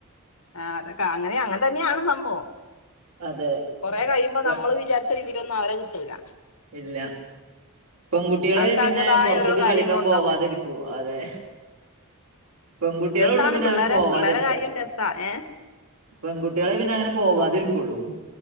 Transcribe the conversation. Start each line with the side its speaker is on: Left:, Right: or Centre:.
Left: ആഹ് അതൊക്കെ അങ്ങനെ അങ്ങൻ തന്നെണ് സംഭവം
Right: അതെ
Left: കൊറെ കഴിയുമ്പോ
Right: പെ
Left: നമ്മള് വിചാരിച്ച, രീതിയിലൊന്നും അവരെ കിട്ടൂല്ല
Right: ഇല്ല. പെൺകുട്ടികള്
Left: അവർക്ക്
Right: പിന്നെ
Left: അവരുടേതായ
Right: പൊർത്ത്ക്ക്
Left: ഓരോ കാര്യങ്ങൾ
Right: കളിക്കാൻ
Left: ഉണ്ടാവുമല്ലോ
Right: പോവാതിരിക്കും അതെ പെൺകുട്ടികളെള്ളു
Left: രസാണ്
Right: പിന്നെ
Left: പിള്ളേരെ
Right: അങ്ങനെ പോവാതിരിക്ക
Left: പിള്ളേരെ കാര്യം രസാ ഏ
Right: പെൺകുട്ടികളെ പിന്നെ അങ്ങനെ പോവാതിരിക്കൊള്ളൂ